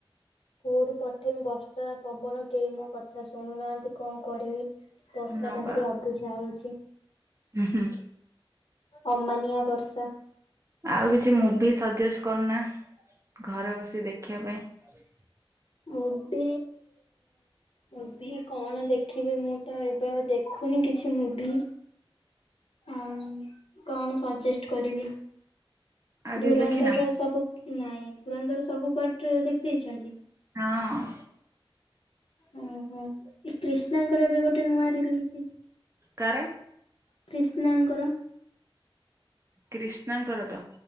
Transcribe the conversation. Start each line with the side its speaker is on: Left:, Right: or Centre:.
Left: କଉଠୁ ପଠେଇମି ବର୍ଷା ପବନ କେହି ମୋ କଥା ଶୁଣୁନାହାନ୍ତି କଣ କରିବି? ବର୍ଷା
Right: ନବା
Left: ଟା ଭାରି ଅବୁଝା ହଉଛି ।
Right: ହୁଁ ହୁଁ
Left: ଅମାନିଆ ବର୍ଷା।
Right: ଆଉ କିଛି ମୁଭି ସଜେଷ୍ଟ କରନା ଘରେ ବସି ଦେଖିବା ପାଇଁ ।
Left: ମୁଭି ମୁଭି କଣ ଦେଖିବେ ମୁଁ ତ ଏବେ ଆଉ ଦେଖୁନି କିଛି ମୁଭି ଆଉ କଣ ସଜେଷ୍ଟ କରିବି?
Right: ଆଉ କିଛି
Left: ଧୁରନ୍ଧର
Right: ଦେଖିନ
Left: ର ସବୁ ନାଇଁ ଧୁରନ୍ଦର ସବୁ ପାର୍ଟ ଦେଖିଦେଇଛନ୍ତି
Right: ହଁ
Left: ହୁଁ ହୁଁ ଏ କ୍ରିଷ୍ଣାଙ୍କର ଏବେ ଗୋଟେ ନୂଆ ରିଲିଜ ହେଇଛି ।
Right: କାର
Left: କ୍ରିଷ୍ଣାଙ୍କର
Right: କ୍ରିଷ୍ଣାଙ୍କର ତ?